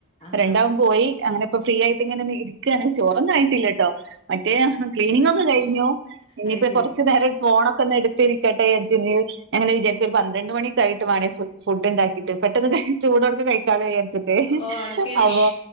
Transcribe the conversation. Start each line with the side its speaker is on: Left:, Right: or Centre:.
Left: ആഹാ
Right: രണ്ടാളും പോയി അങ്ങനെ ഇപ്പോ ഫ്രീ ആയിട്ട് ഇങ്ങനെ ഇരിക്കണ് ചോറോന്നും ആയിട്ടില്ല ട്ടോ മറ്റേ ക്ലീനിങ്ങ് ഒക്കെ കഴിഞ്ഞു ഇനിയിപ്പൊ
Left: അത് ശരി
Right: കുറച്ചു നേരം ഫോണൊക്കെ ഒന്ന് എടുത്തിരിക്കട്ടെ വിചാ ഞാൻ അങ്ങനെ വിചാരിക്ക ഒരു പൻ രണ്ടു മണിക്കായിട്ട് മനെ ഫു ഫുഡ്ണ്ടാക്കിട്ട് പെട്ടെന്ന് ചൂടോട്ക്കെ കൈക്കാ ന്ന് വിചരിച്ചിട്ട്
Left: ഓഹ് അങ്ങനെ
Right: അപോ